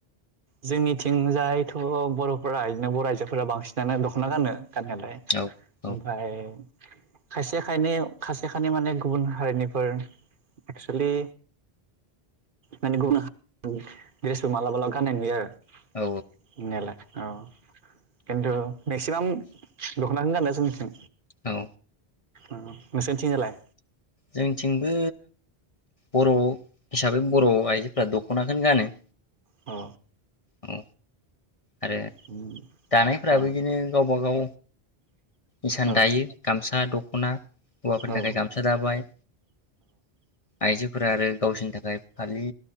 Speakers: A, on the right; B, on the left.
A: जोंनिथिंजायथ' बर'फोरा इदिनो बर' आइजोफोरा बांसिनानो दख'ना गानो गाननायालाय
B: औ औ
A: ओमफ्राय खायसे खायनै खायसे खायनै माने गुबुन हारिनिफोर एक्सलि माने गुबुन द्रेसबो मालाबा ला गाननाय नुयो आरो।
B: औ
A: <unintelligible> औ खिन्थु मेक्सिमाम दख'नाखोनो गानो जोंनिथिं।
B: औ।
A: ओ नोंसोरनि थिंजायलाय?
B: जोंथिंबो बर' हिसाबै बर' आइजोफोरा दख'नाखौनो गानो।
A: औ।
B: औ आरो
A: उम
B: दानायफोराबो
A: औ
B: बिदिनो गावबा गाव इसान
A: औ
B: दायो गामसा दख'ना हौवाफोरनि
A: औ
B: थाखाय गामसा दाबाय आइजोफोरा आरो गावसिनि थाखाय फालि